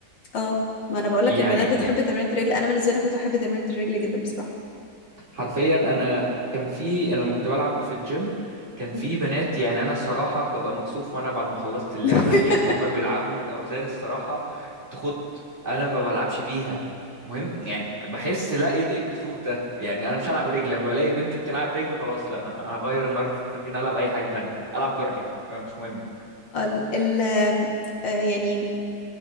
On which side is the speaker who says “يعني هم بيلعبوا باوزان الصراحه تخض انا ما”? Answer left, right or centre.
Right